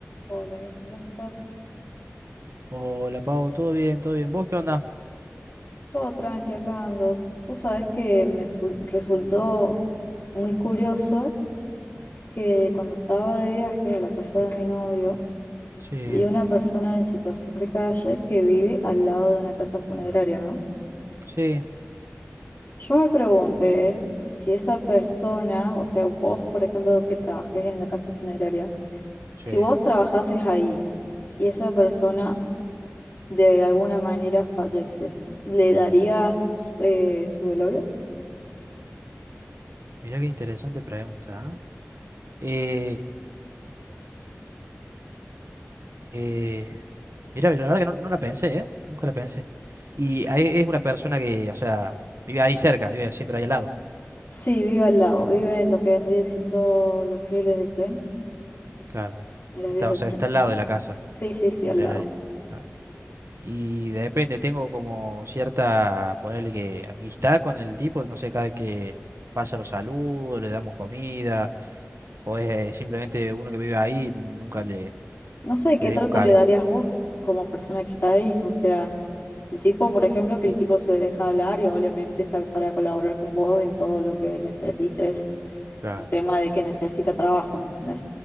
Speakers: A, on the left (about 50°); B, on the right (about 60°).
A: Hola, Nico, ¿cómo estás?
B: Hola Pau, ¿todo bien? ¿Todo bien? ¿Vos qué onda?
A: Todo tranqui acá ando. Vos sabés que me su- resultó muy curioso que cuando estaba de viaje a la casa de mi novio,
B: Sí,
A: vi una persona en situación de calle que vive al lado de una casa funeraria, ¿no?
B: sí,
A: Yo me pregunté si esa persona, o sea, vos, por ejemplo, que trabajes en la casa funeraria,
B: sí.
A: si vos trabajases ahí y esa persona de alguna manera fallece, ¿le darías eh, su velorio?
B: Mirá qué interesante pregunta, ¿eh? Eh, eh, mirá, la verdad que no, no la pensé, ¿eh? Nunca la pensé. Y ahí es una persona que, o sea, vive ahí cerca, vive siempre ahí al lado.
A: Sí, vive al lado, vive en lo que vendría siendo los rieles del tren,
B: Claro.
A: en las
B: Está,
A: vías del
B: o sea,
A: tren.
B: está al lado de la casa
A: Sí, sí, sí,
B: funeraria.
A: al lado.
B: Claro. Y depende, tengo como cierta, ponerle que amistad con el tipo, no sé, cada vez que pasa los saludos, le damos comida, o es eh, simplemente uno que vive ahí, nunca le
A: No sé, ¿qué
B: le
A: trato
B: dimos cabida.
A: le darías vos como persona que está ahí? O sea, el tipo, por ejemplo, que
B: Y,
A: el tipo se deja hablar y obviamente está para colaborar con vos en todo lo que necesites,
B: claro,
A: por tema de que necesita trabajo, ¿me entendés?